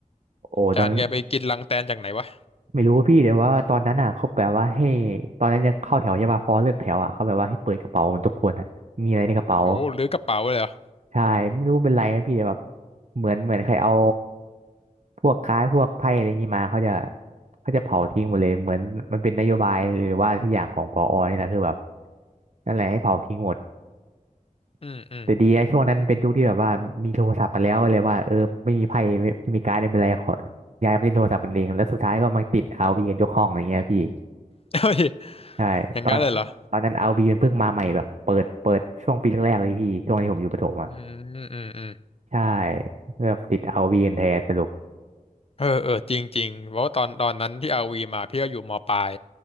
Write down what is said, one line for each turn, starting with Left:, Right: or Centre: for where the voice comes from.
Right: โอ้ตอนนั้น
Left: จานแกไปกินรังแตนจากไหนวะ
Right: ไม่รู้พี่แต่ว่าตอนนั้นอ่ะเขาแบบว่าให้ตอนนั้นยังเข้าแถวใช่ป่ะพอเลิกแถวอ่ะเขาแบบว่าให้เปิดกระเป๋าเหมือนทุกคนอ่ะมีอะไรในกระเป๋า
Left: โอ้หรือกระเป๋าเลยเหรอ
Right: ใช่ไม่รู้เป็นไรนะพี่แต่แบบเหมือนเหมือนใครเอาพวกค้ายพวกไพ่อะไรองี้มาเขาจะเขาจะเผาทิ้งหมดเลยเหมือนมันเป็นนโยบายหรือว่าทุกอย่างของผอนี่แหละคือแบบนั่นแหละให้เผาทิ้งหมด
Left: อืมอืม
Right: แต่ดีนะช่วงนั้นเป็นยุคที่แบบว่ามีโทรศัพท์กันแล้วก็เลยว่าเออไม่มีไพ่ไม่ไมมีการ์ดไม่เป็นไรขอย้ายไปเล่นโทรศัพท์กันเองแล้วสุดท้ายก็มาติดเอาร์วีกันยกห้องอะไรเงี้ยพี่
Left: <laughs> เฮ้ย
Right: ใช่ตอน
Left: อย่างนั้นเลยเหรอ
Right: ตอนนั้นเอาบีมันเพิ่งมาใหม่แบบเปิดเปิดช่วงปีแรกๆเลยพี่ช่วงที่ผมอยู่ประถมอ่ะ
Left: อืมอืมอืม
Right: ใช่แบบติดเอาบีแทนสรุป
Left: เออเออจริงจริงเพราะว่าตอนตอนนั้นที่อาวีมาพี่ก็อยู่มปลาย